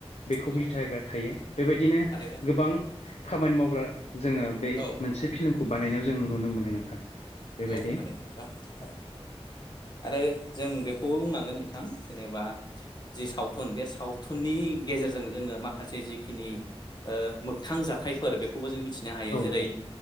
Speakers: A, on the left; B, on the left.
A: बेखौ
B: औ
A: बिथा होग्रा थायो। बेबायदिनो
B: थारैनो
A: गोबां खामानि मावग्रा जोङो बे
B: औ
A: मोनसे फिल्मखौ बानायनायाव जों नुनो मोनो नोंथां। बेबायदि
B: औ थारैनो नोंथां थारै। आरो जों बेखौबो बुंनांगोन नोंथां जेनेबा जि सावथुन बे सावथुननि गेजेरजों जोङो माखासे जिखिनि ओ मोगथां जाथायफोर बेखौ खौबो जों मिथिनो हायो
A: औ नोंथां
B: जेरै